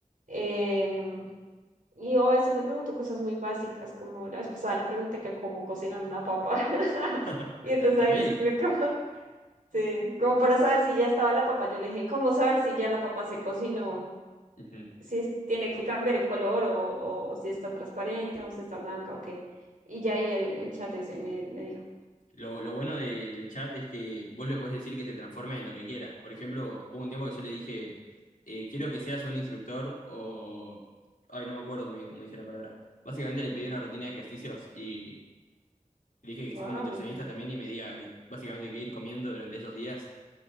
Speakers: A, on the right (about 80°); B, on the left (about 85°).
A: Em, y yo a veces le pregunto cosas muy básicas, como la vez pasada le pregunté que cómo cocinar una papa. <laughs>
B: <laughs>
A: Y
B: Está,
A: entonces
B: está
A: ahí
B: bien,
A: me explicó, <laughs> sí, como para saber si ya estaba la papa, yo le dije, ¿cómo saber si ya la papa se cocinó?
B: igual.
A: si es- tiene que cambiar el color o, o si está transparente o si está blanca o qué. Y ya ahí el, el chat ese me, me dijo,
B: Lo, lo bueno de- del chat es que vos le podés decir que se transforme en lo que quiera. Por ejemplo, hubo un tiempo que yo le dije, eh, quiero que seas un instructor o... Ay, no me acuerdo muy bien cómo dije la palabra. Básicamente le pedí una rutina de ejercicios y le dije
A: wow,
B: que sea un nutricionista también y me diga básicamente qué ir comiendo durante esos días.